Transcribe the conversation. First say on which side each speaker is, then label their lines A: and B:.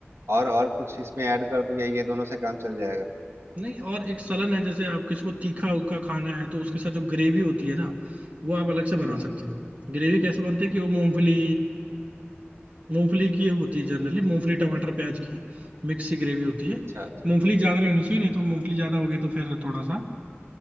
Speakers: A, on the right (about 70°); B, on the right (about 30°).
A: और और कुछ इसमें ऐड कर दूं या ये दोनों से काम चल जाएगा
B: नहीं और एक सलन है जैसे आप किसी को तीखा उखा खाना है तो उसके साथ जो ग्रेवी होती है ना वो आप अलग से बना
A: हम्म
B: सकते
A: हम्म
B: हो ग्रेवी कैसे बनती है कि वो मूंगफली मूंगफली की होती है जनरली मूंगफली टमाटर प्याज की मिक्स सी ग्रेवी होती है
A: अच्छा अच्छा
B: मूंगफली ज्यादा नहीं होनी चाहिए नहीं तो
A: हाँ
B: मूंगफली ज्यादा होगी तो फिर थोड़ा सा